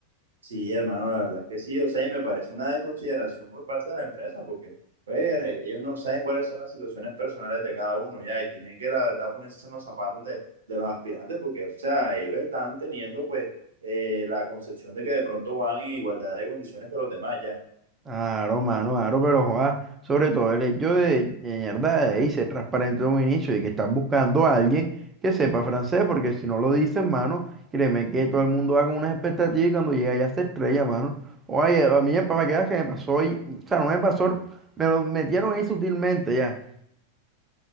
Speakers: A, on the right (about 70°); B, on the right (about 20°).
A: Sí, hermano, la verdad es que sí. O sea, y me parece una desconsideración por parte de la empresa, porque pues, eh, ellos no saben cuáles son las situaciones personales de cada uno, ya, y tienen que, la verdad, ponerse en los zapatos de, de los aspirantes, porque, o sea, ellos están teniendo, pues, eh, la concepción de que de pronto van en igualdad de condiciones que los demás, ya.
B: Claro, mano, claro, pero joa, sobre todo el hecho de, de mierda, de ey, ser transparente en un inicio y que estás buscando a alguien que sepa francés, porque si no lo dices, mano, créeme que todo el mundo va con unas expectativas y cuando llega ya se estrella, mano. Oye, a mí, para que veas que me pasó hoy, o sea, no me pasó, me lo metieron ahí sutilmente ya.